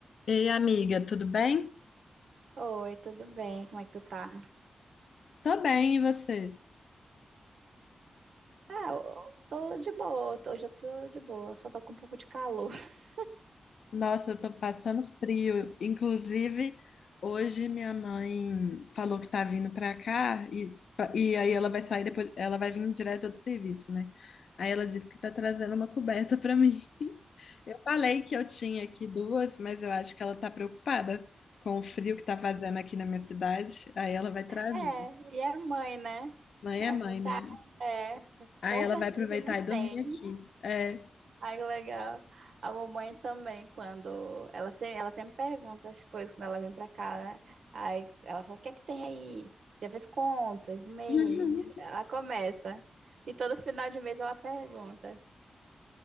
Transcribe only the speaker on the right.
Oi, tudo bem? Como é que tu tá?
Ah, eu tô de boa. Tô- Hoje eu tô de boa, só tô com um pouco de calor. <laughs>
É, e é mãe, né?
É,
você,
ah, é, mas
com
certeza
não
tem.
Ai, que legal. A mamãe também, quando ela sempre, ela sempre pergunta as coisas quando ela vem pra cá, né? Aí ela fala: o que é que tem aí? Já fez compras do mês?
Ela começa. E todo final de mês ela pergunta.